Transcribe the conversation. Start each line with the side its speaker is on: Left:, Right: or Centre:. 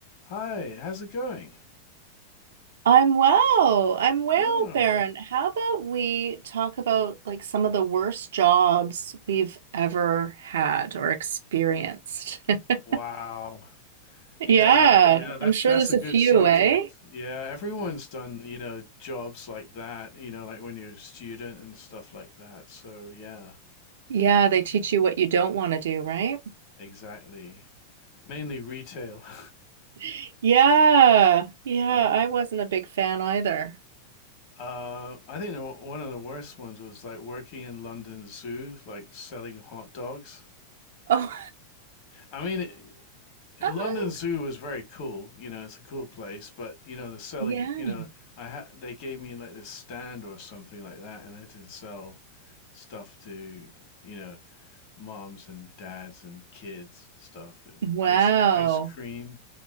Left: Hi, how's it going?
Right: I'm well. I'm well,
Left: Oh,
Right: Baron. How about we talk about like some of the worst jobs we've ever had or experienced? <laughs>
Left: wow. Yeah,
Right: Yeah,
Left: yeah, that's
Right: I'm sure
Left: that's
Right: there's
Left: a
Right: a
Left: good
Right: few,
Left: subject.
Right: eh?
Left: Yeah, everyone's done, you know, jobs like that, you know, like when you're a student and stuff like that. So, yeah,
Right: Yeah, they teach
Left: um,
Right: you what you don't want to do, right?
Left: exactly. Mainly retail. <laughs>
Right: <laughs> Yeah, yeah,
Left: Um,
Right: I wasn't a big fan either.
Left: uh, I think the- one of the worst ones was like working in London Zoo, like selling hot dogs.
Right: Oh,
Left: I mean, London
Right: <laughs> uh,
Left: Zoo is very cool, you know, it's a cool place, but you know, the selling,
Right: yeah.
Left: you know, I had they gave me like this stand or something like that, and I had to sell stuff to, you know, moms and dads and kids stuff and
Right: Wow.
Left: ice ice cream.